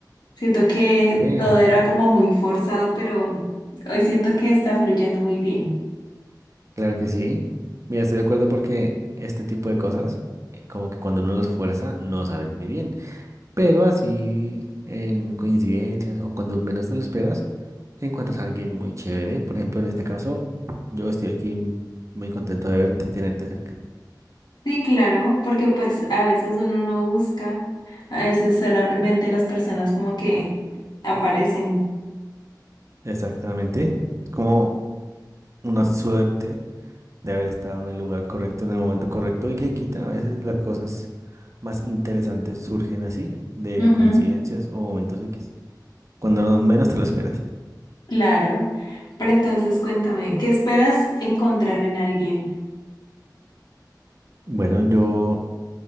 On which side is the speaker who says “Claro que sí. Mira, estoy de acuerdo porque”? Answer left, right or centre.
Right